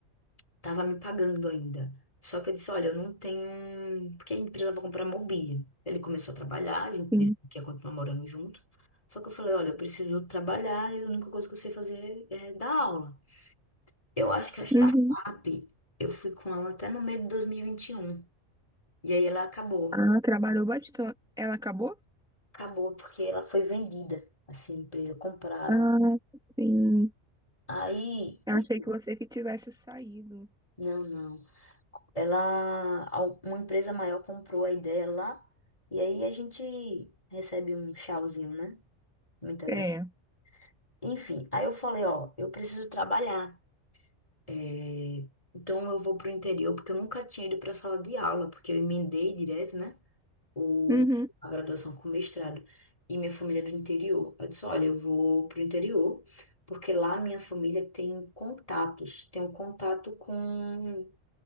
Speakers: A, on the left; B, in the centre.
A: estava me pagando ainda. Só que eu disse, olha, eu não tenho... Porque a gente precisava comprar mobília. Ele começou a trabalhar, a gente
B: sim.
A: disse que ia continuar morando junto. Só que eu falei, olha, eu preciso trabalhar e a única coisa que eu sei fazer é dar aula. Eu acho que a startup,
B: Uhum.
A: eu fui com ela até no meio de 2021. E vinte e um. E aí ela acabou.
B: Ah, trabalhou bastante. Ela acabou?
A: Acabou porque ela foi vendida. Assim, a empresa compraram.
B: Ah, sim.
A: Aí,
B: Achei
A: enfim,
B: que você que tivesse saído.
A: não, não. ela, al- uma empresa maior comprou a ideia lá, e aí a gente recebe um tchauzinho, né? Muito agradecido.
B: É.
A: Enfim, aí eu falei, ó, eu preciso trabalhar. é, Então eu vou pro interior, porque eu nunca tinha ido pra sala de aula, porque eu emendei direto, né? O...
B: Uhum.
A: A graduação com mestrado. E minha família é do interior. Eu disse, olha, eu vou pro interior, porque lá minha família tem contatos, tem um contato com